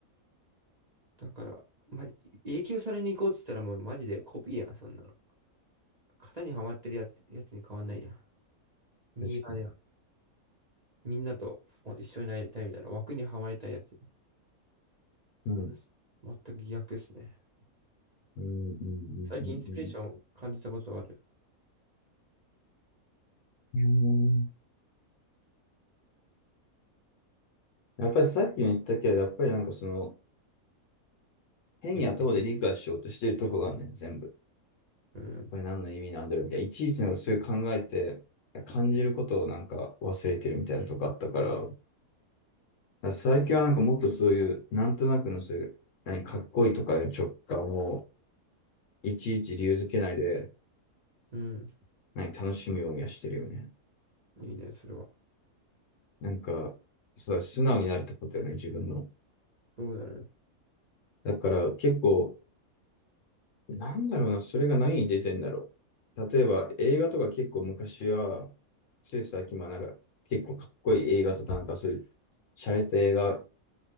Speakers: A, on the right; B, on the left.
A: だから、ま、影響されに行こうって言ったらもうマジでコピーやん、そんなの。型にはまってるやつ、やつに変わんないやん。
B: 確かに。
A: ミーハーやん。みんなと一緒になりたいみたいな枠にはまりたいやつ。
B: うん。
A: 俺、全く逆っすね。
B: うん。うん。
A: 最近インスピレーション感じたことある。
B: うん。うん。うんやっぱりさっきも言ったけど、やっぱりなんかその、変に頭で理解しようとしているとこがあるね、全部。
A: うん、
B: これ何の意味なんだろうみたいな。いちいちなんかそういう考えて、感じることをなんか忘れてるみたいなとこあったから、だから最近はなんかもっとそういう、なんとなくのそういう、何かっこいいとかいう直感を、いちいち理由づけないで、
A: うん、
B: 何楽しむようにはしてるよね。
A: いいね、それは。
B: なんか、そうだ、素直になるってことよね、自分の。
A: そうだね。
B: だから結構、なんだろうな、それが何に出てんだろう。例えば映画とか結構昔は、つい最近まなんか結構かっこいい映画とかなんかそういう、洒落た映画